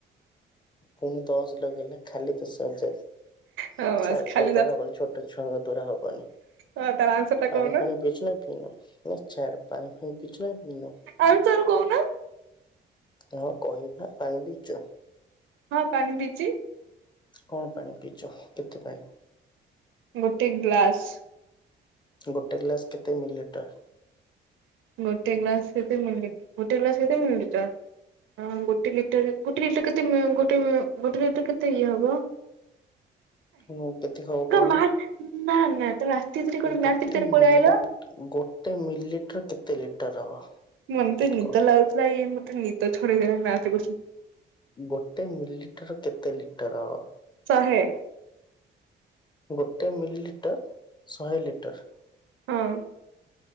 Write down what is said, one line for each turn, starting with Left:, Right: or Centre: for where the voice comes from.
Left: ପୁଣି ଦଶ ଲଗେଇଲେ ଖାଲି ଦଶ ହଜାର।
Right: ହଁ ବାସ୍
Left: ଛାଡ଼
Right: ଖାଲି
Left: ତୋର ଦ୍ୱାରା
Right: ଦଶ
Left: ହବନି ଛୋଟ ଛୁଆ ତୋ ଦ୍ୱାରା ହବନି।
Right: ହଁ ତାର ଆନ୍ସର ଟା
Left: ପାଣି
Right: କହୁନ
Left: ଫାଣି ପିଚଛୁ ନା ପିଇନୁ ଛାଡ଼ ପାଣି ଫାଣି ପିଇଚୁ ନା ପିଇନୁ।
Right: ଆନସାର କହୁନ।
Left: ହଁ କହିବା ପାଣି ପିଇଛ
Right: ହଁ ପାଣି ପିଇଛି।
Left: କଣ ପାଣି ପିଇଛ? କେତେ ପାଣି?
Right: ଗୋଟେ ଗ୍ଲାସ।
Left: ଗୋଟେ ଗ୍ଲାସ କେତେ ମିଲିଲିଟର?
Right: ଗୋଟେ ଗ୍ଲାସ କେତେ ମିିଲ ଗୋଟେ ଗ୍ଲାସ କେତେ ମିଳିଲିଟର? ହଁ ଗୋଟେ ଲିଟର ଗୋଟେ ଲିଟର କେତେ ଗୋଟେ ଗୋଟେ ଲିଟର କେତେ ଇଏ ହେବ?
Left: <inaudible> ମୁଁ କେତେ କଣ କଲ
Right: ମାର ନା ନା ତମେ ରାତିତିରେ କୁଆଡେ
Left: ଗୋଟେ
Right: ରାତିତିରେ
Left: ମିଲି
Right: ପଳେଇ ଆଇଲ
Left: ଗୋଟେ ମିଲିଲିଟର କେତେ ଲିଟର ହବ?
Right: ମତେ ନିଦ
Left: କହ?
Right: ଲାଗୁଥିଲା ଇଏ ମତେ ନିଦ ଛଡେଇଦେଲା ନାକୁ
Left: ଗୋଟେ ମିଲଲିଟର କେତେ ଲିଟର ହବ?
Right: ଶହେ।
Left: ଗୋଟେ ମିଲିଲିଟର ଶହେ ଲିଟର।
Right: ହଁ।